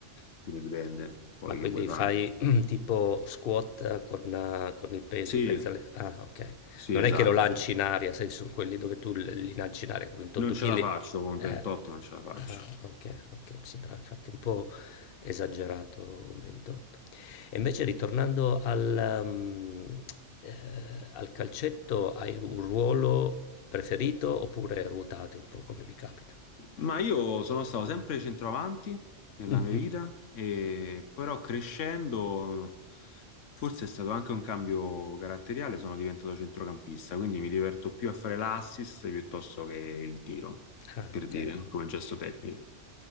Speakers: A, on the left (about 80°); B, on the left (about 55°).
A: Quindi dipende poi
B: Ma quindi
A: che vuoi fare.
B: fai <clears throat> tipo squat con, eh, con il peso
A: Sì,
B: in mezzo alle... Ah, ok.
A: sì,
B: Non
A: esatto.
B: è che lo lanci in aria, sai, sono quelli dove tu li li lanci in aria, 28
A: Non ce
B: kg.
A: la faccio con
B: Eh.
A: 28, non ce la faccio.
B: Ah, ok, ok, mi sembrava infatti un po' esagerato 28. E invece ritornando al, mm, eh, al calcetto, hai un ruolo preferito oppure ruotate un po' come vi capita?
A: Ma io sono stato sempre centravanti nella
B: Mhm.
A: mia vita, e però crescendo, forse è stato anche un cambio caratteriale, sono diventato centrocampista, quindi mi diverto più a fare l'assist piuttosto che il tiro,
B: Ah,
A: per
B: ok.
A: dire, come gesto tecnico.